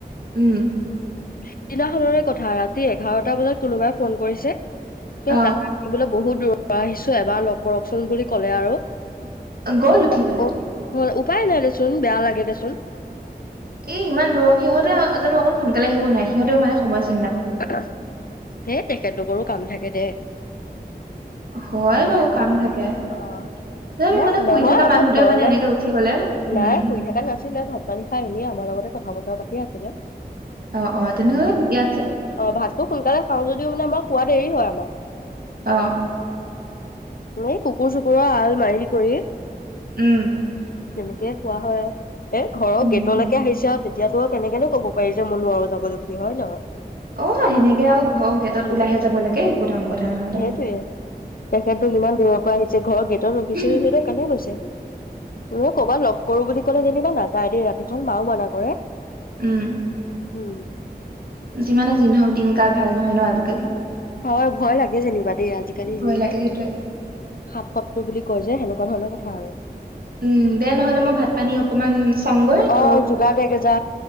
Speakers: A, on the right; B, on the left.
A: উম।
B: সিদিনাখৰে কথা ৰাতি এঘাৰটা বজাত কোনোবাই ফোন কৰিছে। ত
A: অ
B: দ বোল <unintelligible> বহুত দূৰ পৰা আহিছো এবাৰ লগ কৰকচোন বুলি ক'লে আৰু। <inaudible>
A: গ'ল উঠি পেলাই
B: উপাই নাই দেচোন, বেয়া লাগে দেচোন।
A: এই ইমান দূৰৰ সিহঁতে জানো অকণ সোনকালে আহিবই নোৱাৰে সিহঁতেও মানে সমস্য
B: হেই তেখেতলোকৰো কাম থাকে দেই
A: হয়
B: হে
A: বাৰু কাম থাকে
B: অ
A: তথাপি
B: সেয়া
A: মানে শুই
B: নহয়
A: থকা
B: আমাৰ
A: মানুহটোৱে
B: ঘৰলে
A: মানে এনেকে উঠি গ'লে উম
B: নাই শু থাককা নাছিলে, ভাত মান নিশাই এনেিয় আমাৰ লগতে কথা বতৰা পা কি আছিল?
A: অ-অ তেনেহলে ঠিকে আছে।
B: অ ভাতটো সোনকালে খাও যদিও মানে আমাৰ খোৱ দেৰি হয় আমাৰ
A: আহ
B: ম ক কুকুৰ-চুকুৰৰ আল মাৰি কৰি তেনেকে
A: উম
B: খোৱা হয় আৰু এ ঘৰৰ
A: উম
B: গেটলৈকে আহিছে আৰু তে এতিয়াতো আৰু কেনেকেনো ক'ব পাৰি যে মই নোৱাৰো যাবলৈ বুলি হয় নহয়।
A: অ সেনেকে আৰু ঘৰৰ গেটত
B: উম
A: ওলাইহে যাব লাগে একো ডাঙৰ কথা নহয়
B: সেইটোৱে তেখেতটো ইমান দূৰৰ পৰা আহিছে ঘৰৰ গেটত ৰখিছে
A: উম
B: সিহঁতে কেনে গৈছে ম ক'বাত লগ কৰো বুলি কলে যেনিবা নাযায় দেই ৰাতিখন মাও মানা কৰে।
A: উম
B: উম
A: যিমানে যি হওক দিনকাল ভাল নহয় ন আজিকালি।
B: হয় ভয় লাগে যেনিবা। দ আজিকালি
A: ভয়
B: যিহে
A: লাগে সেইটোৱে
B: সাতসত্তৰ বুলি কয়। যে সেনেকুৱা ধৰণৰ কথা আৰু
A: উম দে নহলে মই ভাত পানী অকমান চাওঁগৈ
B: অ
A: ত
B: যোগাৰ দে গেজা